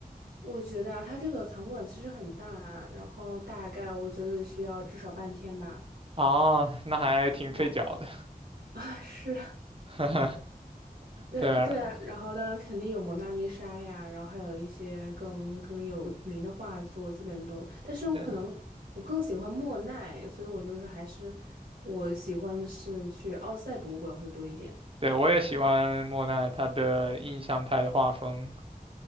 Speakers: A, on the right; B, on the right.
A: 我觉得啊它这个场馆其实很大啊，然后大概我觉得需要至少半天吧。
B: 啊，那还挺费脚的。
A: 哇，啊，是，
B: <laughs>
A: <laughs> 对对啊，
B: 对啊
A: 然后当然肯定有蒙娜丽莎呀，然后还有一些更更有名的画作，基本都。但是我可能我更喜欢莫奈，
B: 对
A: 所以我就是还是我喜欢的是去奥赛博物馆会多一点。
B: 对，我也喜欢莫奈他的印象派的画风，